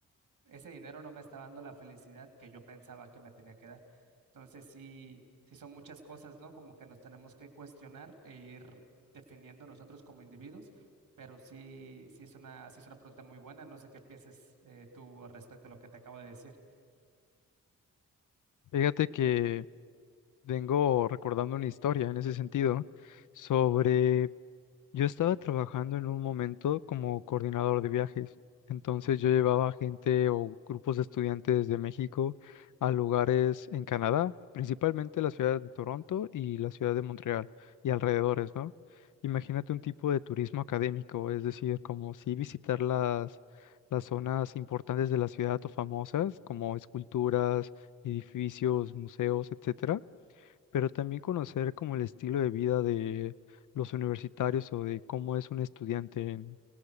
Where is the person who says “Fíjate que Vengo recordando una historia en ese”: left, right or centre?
Left